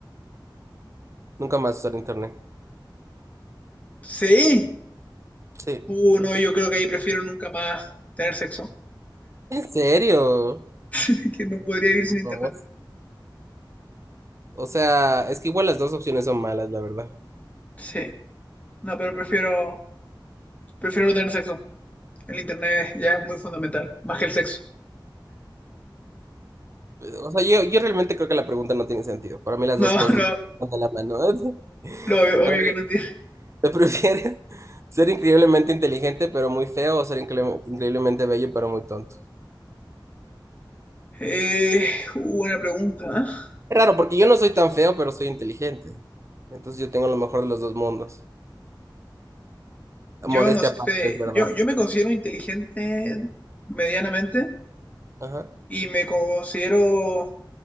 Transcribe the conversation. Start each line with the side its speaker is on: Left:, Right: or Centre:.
Right: Nunca más usar internet.
Left: Sí.
Right: Sí.
Left: Uh, no, yo creo que ahí prefiero nunca más tener sexo.
Right: ¿En serio?
Left: <laughs> Que no podría vivir sin internet.
Right: No. O sea, es que igual las dos opciones son malas, la verdad.
Left: Sí. No, pero prefiero, prefiero no tener sexo. El internet ya es muy fundamental, más que el sexo.
Right: O sea, yo, yo realmente creo que la pregunta no tiene sentido. Para mí las
Left: No,
Right: dos cosas
Left: <laughs> no,
Right: van de la mano. <laughs>
Left: Lo obvio, obvio
Right: A ver,
Left: que no tiene.
Right: ¿Te prefieres ser increíblemente inteligente pero muy feo o ser incre- increíblemente bello pero muy tonto?
Left: Eh, uh, buena pregunta. ¿eh?
Right: Es raro porque yo no soy tan feo pero soy inteligente. Entonces yo tengo lo mejor de los dos mundos.
Left: Yo
Right: Modestia
Left: no sé.
Right: aparte, es verdad.
Left: Yo, yo me considero inteligente medianamente
Right: Ajá.
Left: y me considero